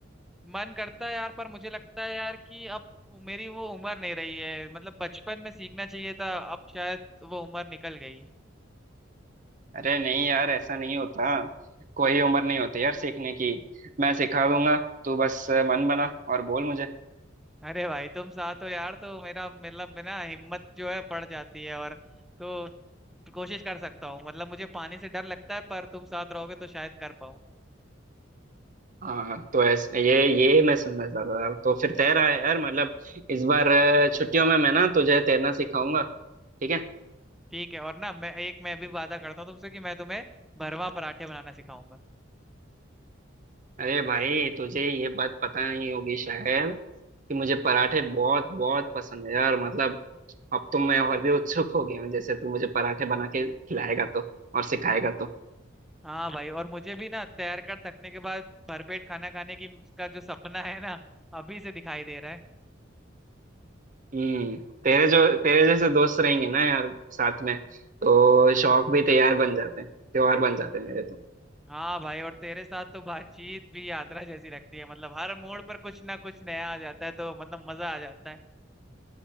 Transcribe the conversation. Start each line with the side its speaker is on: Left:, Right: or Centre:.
Centre: मन करता है यार पर मुझे लगता है यार कि अब मेरी वो उम्र नहीं रही है मतलब बचपन में सीखना चाहिए था अब शायद वो उम्र निकल गई
Right: अरे नहीं यार ऐसा नहीं होता कोई उम्र नहीं होती यार सीखने की मैं सिखा दूंगा तू बस मन बना और बोल मुझे
Centre: अरे भाई तुम साथ हो यार तो मेरा मतलब मेरा ना हिम्मत जो है बढ़ जाती है और तो कोशिश कर सकता हूँ मतलब मुझे पानी से डर लगता है पर तुम साथ रहोगे तो शायद कर पाऊँ
Right: हाँ तो ऐसे ये ये मैं सुनना चाह रहा था तो फिर तैरा है यार मतलब इस बार अ, छुट्टियों में मैं ना तुझे तैरना सिखाऊंगा ठीक है
Centre: ठीक है और ना मैं एक मैं भी वादा करता हूँ तुमसे कि मैं तुम्हें भरवा पराठे बनाना सिखाऊंगा
Right: अरे भाई तुझे ये बात पता नहीं होगी शायद कि मुझे पराठे बहुत बहुत पसंद है यार मतलब अब तो मैं और भी उत्सुक हो गया हूँ जैसे तू मुझे पराठे बना के खिलाएगा तो और सिखाएगा तो
Centre: हाँ भाई और मुझे भी ना तैर कर थकने के बाद भरपेट खाना खाने की का जो सपना है ना अभी से दिखाई दे रहा है
Right: हम्म तेरे जो तेरे जैसे दोस्त रहेंगे ना यार साथ में तो शौक भी तैयार बन जाते हैं त्योहार बन जाते हैं मेरे तो
Centre: हाँ भाई और तेरे साथ तो बातचीत भी यात्रा जैसी लगती है मतलब हर मोड़ पर कुछ ना कुछ नया आ जाता है तो मतलब मजा आ जाता है